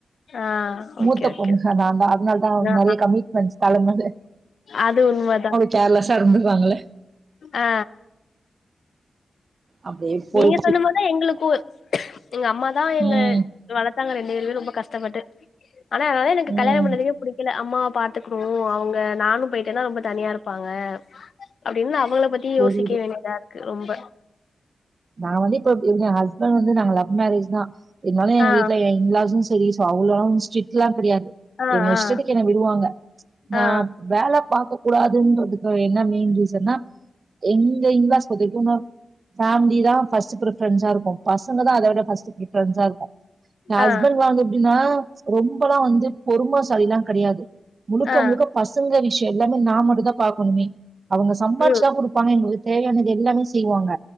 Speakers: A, on the left; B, on the right.
A: ஆ ஓகே
B: முத்த
A: ஓகே
B: பொண்ணு நான்தா அத்னால தா
A: ஆ
B: நெறைய கமிட்மெண்ட்ஸ் தலைமேல
A: அது உண்மதா
B: கேர்லஸ்சா இருந்துடுவாங்ல
A: ஆ
B: அப்படியே போயிடுச்சு
A: நீங்க சொன்ன மாரி தா எங்களுக்கு எங்க அம்மா தா என்ன
B: உம்
A: வளத்தாங்க எங்க ரெண்டு பேரு ரொம்ப கஷ்டப்பட்டு ஆனா அதனால எனக்கு கல்யாண
B: உம்
A: பண்ணறதுக்கே பிடி க்கல அம்மாவ பாத்துக்கணு அவங்க நானு போயிட்டேனா ரொம்ப தனியா இருப்பாங்க அப்டின்னு அவங்கள பத்தி
B: புரியுது
A: யோசிக்க வேண்டியதா இருக்கு ரொம்ப
B: நா வந்து இப்ப இவங்க ஹஸ்பண்ட் வந்து நாங்க லவ் மேரேஜ் தா இருந்தாலு எங்க
A: ஆ
B: வீட்ல இன்லாசும் செரி சோ அவ்ளோல்லா ஸ்ட்ரிக்ட்லா கெடையாது
A: ஆ
B: எங்க
A: ஆ
B: இஷ்டத்துக்கு என்ன விடுவாங்க நா
A: ஆ
B: வேல பாக்க கூடாதுன்றதுக்கு என்ன மெயின் ரீசான்னா எங்க இன்லாஸ் பொருத்த வரைக்கு இன்னொரு ஃபேமிலி திதா ஃபஸ்ட் பிரி ஃபெரென்ஸா இருக்கு, பசங்கதா அத விட ஃபர்ஸ்ட் பிரிஃபெரென்ஸ் இருக்கு, என் ஹஸ்பண்ட்லா
A: ஆ
B: வந்து எப்டின்னா ரொம்பெல்லா வந்து பொறுமசாலிலா கடையாது முழுக்க
A: ஆ
B: முழுக்க பசங்க விஷய எல்லாமே நா மட்டுந்தா பாக்கணுமே அவங்க சம்பாதிச்சுதா
A: ம்
B: குடுப் பாங்க எங்களுக்கு தேவையானது எல்லாமே செய்வாங்க